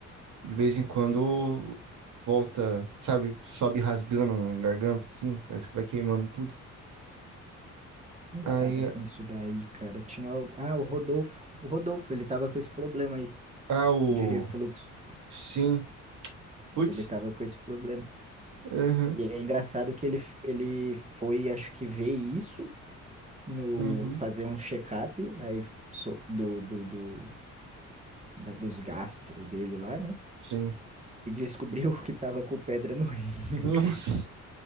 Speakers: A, on the right; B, on the right.
A: De vez em quando volta, sabe, sobe rasgando a garganta, assim, parece que vai queimando tudo.
B: Quem
A: Aí,
B: tava com isso daí, cara? Tinha. al- Ah, o Rodolfo. O Rodolfo, ele tava com esse problema aí
A: ah, o...
B: de refluxo.
A: Sim, putz,
B: Ele tava com esse problema.
A: uhum,
B: E é engraçado que ele, ele foi, acho que, ver isso no
A: uhum,
B: fazer um check-up aí so- do, do, do, da- dos gastro dele lá, né?
A: sim.
B: E descobriu <laughs> que tava com pedra no rim, <laughs>
A: Nossa,
B: cara.